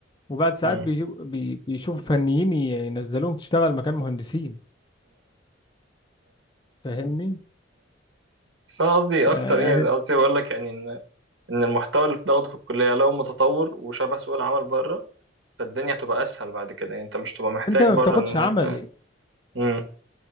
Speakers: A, on the left; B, on the right.
A: وبعد ساعات
B: امم
A: بيجيب بي- بيشوف فنيين ينزلوهم تشتغل مكان مهندسين فاهمني
B: بس انا قصدي
A: آه،
B: اكتر ايه
A: يعني
B: قصدي بقول لك يعني ان ان المحتوى اللي بناخده في الكليه لو متطور وشبه سوق العمل بره فالدنيا هتبقى اسهل بعد كده يعني انت مش تبقى محتاج
A: انت ما
B: بره
A: بتاخدش
B: ان
A: عملي
B: انت مم.